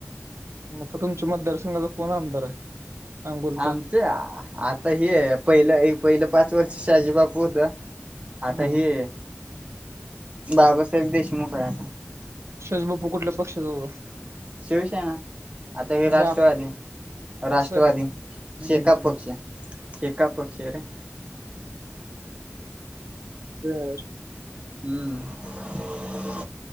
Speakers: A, on the right; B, on the right.
A: मग तुमच्या मतदारसंघाचा कोण आमदार आहे? सांगोलचा
B: आमचे आता हे पहिलं पहिलं पाच वर्ष शहाजी बापू होत.
A: हा.
B: आता हे बाबासाहेब देशमुख आहे आता.
A: शहाजी बापू कुटल्या पक्षाचा होता.?
B: शिवसेना. आता हे
A: आणि
B: राष्ट्रवादी.
A: आता
B: राष्ट्रवादी.
A: असं आहे हम्म,
B: शेका
A: हम्म, हम्म.
B: पक्ष शेका पक्षरे. रिकामा ऑडिओ
A: बरं.
B: हम्म.